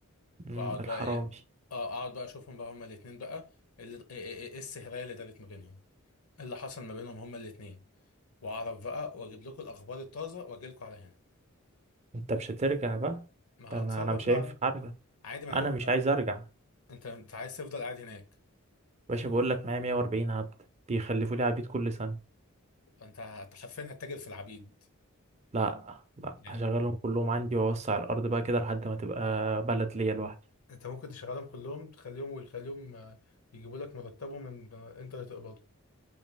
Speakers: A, on the right; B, on the left.
A: مم،
B: واقعد
A: الحرامي
B: بقى ايه اه اقعد بقى اشوفهم بقى هما الاتنين بقى اللي ايه ايه ايه إيه السهرية اللي دارت ما بينهم إيه اللي حصل ما بينهم هما الاتنين واعرف بقى واجيب لكم الاخبار الطازة واجي لكم على هنا
A: انت مش هترجع بقى
B: ما هتصرف
A: ده انا انا مش
B: بقى
A: هينفع ارجع
B: عادي ما انا
A: انا
B: ممكن
A: مش عايز ارجع
B: انت انت عايز تفضل قاعد هناك
A: باشا بقول لك معايا 140 عبد بيخلفوا لي عبيد كل سنة
B: انت أنت حرفيا هتتاجر في العبيد
A: لا لا
B: يعني
A: هشغلهم كلهم عندي واوسع الارض بقى كده لحد ما تبقى بلد ليا لوحدي
B: انت ممكن تشغلهم كلهم تخليهم ويخليهم آه، يجيبوا لك مرتبهم ان آه، انت اللي تقبضه